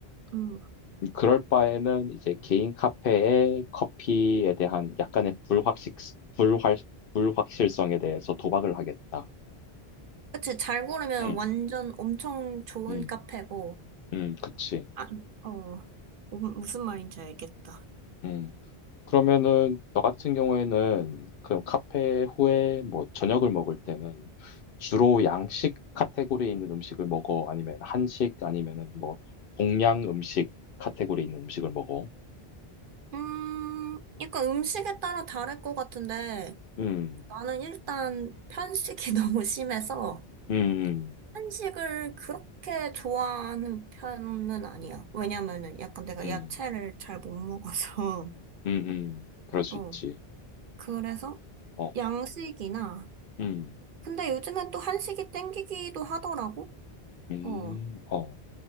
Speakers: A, on the right; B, on the left.
A: 음.
B: 음, 그럴 바에는 이제 개인 카페에 커피에 대한 약간의 불확실, 불확, 불확실성에 대해서 도박을 하겠다.
A: 그치. 잘 고르면
B: 음,
A: 완전 엄청 좋은
B: 음,
A: 카페고,
B: 음, 그치.
A: 아, 어, 뭐, 무슨 말인지 알겠다.
B: 음. 그러면은, 너 같은 경우에는 그 카페 후에 뭐 저녁을 먹을 때는 주로 양식 카테고리에 있는 음식을 먹어? 아니면 한식? 아니면은 뭐 동양 음식 카테고리에 있는 음식을 먹어?
A: 음, 약간 음식에 따라 다를 것 같은데,
B: 음.
A: 나는 일단 편식이 <laughs> 너무 심해서,
B: 음, 음,
A: 한식을 그렇게 좋아하는 편은 아니야. 왜냐면은 약간 내가
B: 음,
A: 야채를 잘 못 먹어서,
B: 음, 음. 그럴 수
A: <laughs> 어,
B: 있지.
A: 그래서
B: 어,
A: 양식이나,
B: 음,
A: 근데 요즘엔 또 한식이 땡기기도 하더라고.
B: 음,
A: 어.
B: 어,